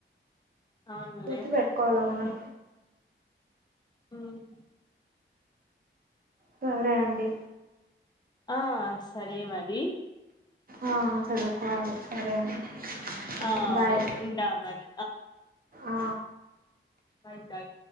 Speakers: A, on the left; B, on the right.
A: అవునులే
B: చూసి పెట్టుకోవాలా మనం
A: హ్మ్
B: సరే అండి
A: ఆ సరే మరి
B: ఆ చదువుకోవాలి సరే అం
A: ఆ
B: బాయ్
A: ఉంటా మరి
B: ఆ
A: ఆయితయ